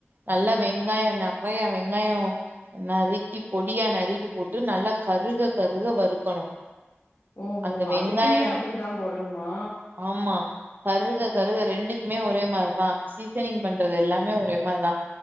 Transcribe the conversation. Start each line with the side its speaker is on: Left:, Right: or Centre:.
Right: நல்லா
Left: ம்
Right: வெங்காய ந நெறையா வெங்காயோ நறுக்கி பொடியா நறுக்கி போட்டு நல்லா கருக கருக வறுக்கணு
Left: ஓஹோ
Right: அந்த வெங்காயோ
Left: அதுக்குமே அப்டிதா போடணுமா
Right: ஆமா கருக
Left: ம்
Right: கருக ரெண்டு குமே ஒரே மாரிதா சீசனிங் பண்றது எல்லாமே ஒரே மாரிதா